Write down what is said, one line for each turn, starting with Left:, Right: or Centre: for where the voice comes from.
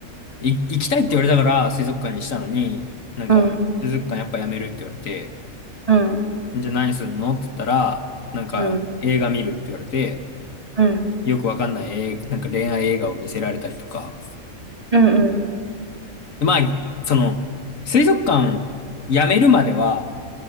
Left: い行きたいって言われたから水族館にしたのに、なんか、
Right: うん、
Left: 水族館やっぱやめるって言われて、
Right: うん、
Left: じゃあ何すんのって言ったら、なんか映画見るって言われて、
Right: うん、うん、
Left: よくわかんない映なんか恋愛映画を見せられたりとか。
Right: うん、うん。
Left: でまあ、その、水族館やめるまでは、